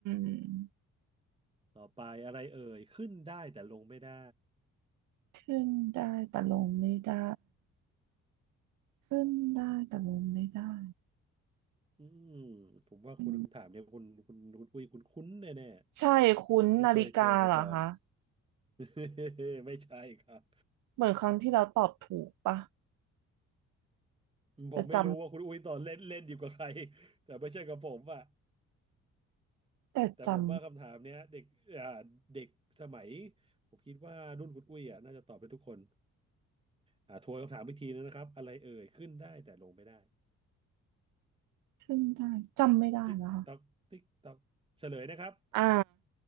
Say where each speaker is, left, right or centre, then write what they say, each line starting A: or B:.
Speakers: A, on the right (about 80°); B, on the right (about 20°).
A: ม
B: ต่อไปอะไรเอ่ยขึ้นได้แต่ลงไม่ได้
A: ขึ้นได้แต่ลงไม่ได้ขึ้นได้แต่ลงไม่ได้
B: อืมผมว่าคุณคำถามเนี่ยคุณคุณคุณอุ้ยคุณคุ้นแน่แน่
A: อืม ใช่คุ้นนาฬิกาเหรอคะ
B: ต้องเคยเจอมาก่อน <laughs> ไม่ใช่ครับ
A: เหมือนครั้งที่เราตอบถูกปะแต่จ
B: ผมไม่รู้ว่าคุณอุ้ยตอนเล่นเล่นอยู่กับใครแต่ไม่ใช่กับผมอะ
A: ำแต่จำ
B: แต่ผมว่าคำถามเนี้ยเด็กอ่าเด็กสมัยผมคิดว่ารุ่นคุณอุ้ยอ่ะน่าจะตอบเป็นทุกคนอ่าทวนคำถามอีกทีนึงนะครับอะไรเอ่ยขึ้นได้แต่ลงไม่ได้
A: ขึ้นได้จำไม่ได้นะคะ
B: ติ๊กต๊อกติ๊กต๊อกเฉลยนะครับ
A: อ่า